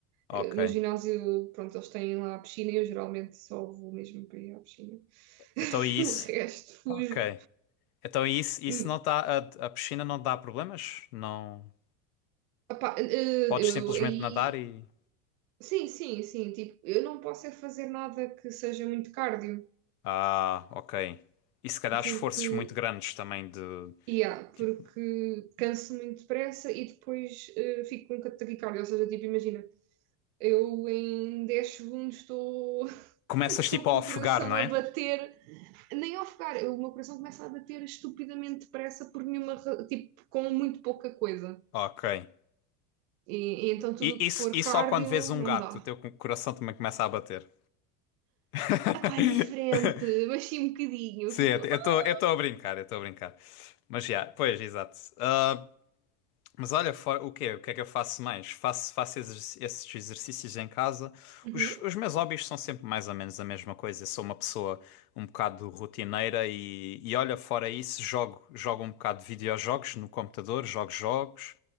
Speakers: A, on the left; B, on the right.
A: Ok.
B: Ah, No ginásio, pronto, eles têm lá a piscina e eu geralmente só vou mesmo para ir à piscina. <laughs>
A: Então e
B: O
A: isso?
B: resto fujo.
A: Ok. Então e isso, isso
B: Hum,
A: não dá, a, a piscina não dá problemas? Não.
B: opá, eh,
A: Podes
B: eu
A: simplesmente
B: aí
A: nadar e.
B: Sim, sim, sim. Tipo, eu não posso é fazer nada que seja muito cardio,
A: Ah, ok. E se calhar
B: porque,
A: esforços muito grandes também de.
B: yeah,
A: Tipo,
B: porque canso muito depressa e depois eh, fico com um taquicardia. Ou seja, tipo, imagina, eu em 10 segundos estou
A: começas
B: <laughs> estou
A: tipo
B: com
A: a
B: o
A: ofegar,
B: coração
A: não
B: a
A: é?
B: bater, nem a ofegar, eu- o meu coração começa a bater estupidamente depressa por nenhuma, ra- tipo, com muito pouca coisa.
A: Ok.
B: E, e então tudo
A: E,
B: o que
A: isso
B: for
A: e
B: cardio,
A: só quando vês um
B: não
A: gato,
B: dá.
A: o teu coração também começa a bater. <laughs>
B: Epá, é diferente, <laughs> mas sim um bocadinho,
A: Sim,
B: eu fico logo.
A: eu
B: "Ah!"
A: estou eu estou a brincar, eu estou a brincar. Mas já, pois, exato. Ah, mas olha, fora, o quê? O que é que eu faço mais? Faço, faço exerc- esses exercícios em casa.
B: Uhum.
A: Os, os meus hobbies são sempre mais ou menos a mesma coisa. Eu sou uma pessoa um bocado rotineira e, e olha, fora isso, jogo, jogo um bocado de videojogos no computador, jogo jogos.